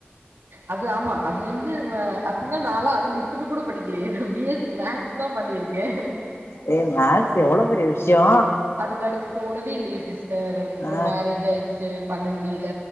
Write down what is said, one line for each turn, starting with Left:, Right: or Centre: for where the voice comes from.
Right: அது ஆமா அது வந்து வ அப்புன்னா நாளா அது‌லி தின்னு கூட படிக்கிலியே பி எஸ் ஸி மேக்ஸ் தா பண்ணிருக்கே
Left: ஏ மேக்ஸ் எவ்ளோ பெரிய விஷ்யோ
Right: அதுக்கடுத் போடவே இல்லியே சிஸ்டர் அதுக்கப்றோ
Left: ஆ
Right: மேரேஜ் ஆயிர்ச்சு பண்ண முடியில